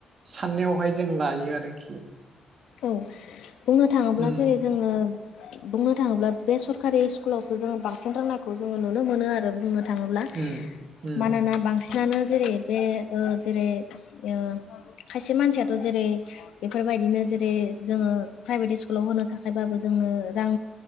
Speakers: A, on the right; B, on the left.
A: साननायावहाय जों लायो आरोखि।
B: औ बुंनो थाङोब्ला
A: उम
B: जेरै जोङो बुंनो थाङोब्ला बे सरकारि स्कुलावसो जोङो बांसिन रोंनायखौ जोङो नुनो मोनो आरो बुंनो थाङोब्ला
A: उम उम
B: मानोना बांसिनानो जेरै बे ओ जेरै ओ खायसे मानसियाथ' जेरै बेफोरबायदिनो जेरै जोङो प्राइभेट स्कुलाव होनो थाखायबाबो जोंनो रां